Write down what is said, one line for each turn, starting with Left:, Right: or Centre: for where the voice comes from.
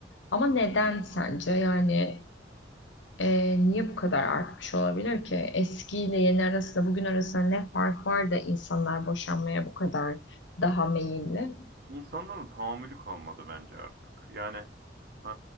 Left: Ama neden sence? Yani Ee, niye bu kadar artmış olabilir ki? Eskiyle yeni arasında, bugün arasında ne fark var da insanlar boşanmaya bu kadar daha meyilli?
Right: İnsanların tahammülü kalmadı bence artık. Yani Ee,